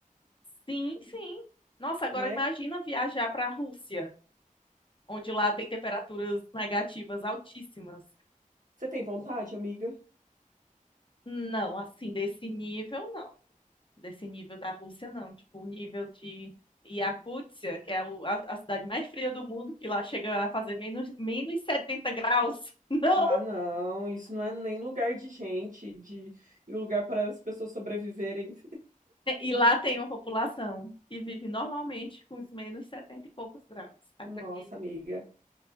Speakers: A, on the left; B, on the right.
A: Sim, sim. Nossa, agora
B: Né?
A: imagina viajar para a Rússia, onde lá tem temperaturas negativas altíssimas.
B: Você tem vontade, amiga?
A: Não, assim, desse nível, não. Desse nível da Rússia, não. Tipo, o nível de Iacútia, que é o- a, a cidade mais fria do mundo, que lá chega a fazer menos, menos 70 graus. <laughs> Não!
B: Ah, não, isso não é nem lugar de gente, de e lugar para as pessoas sobreviverem.
A: E lá tem uma população que vive normalmente com os menos 70 e poucos graus. Acredito.
B: Nossa, amiga,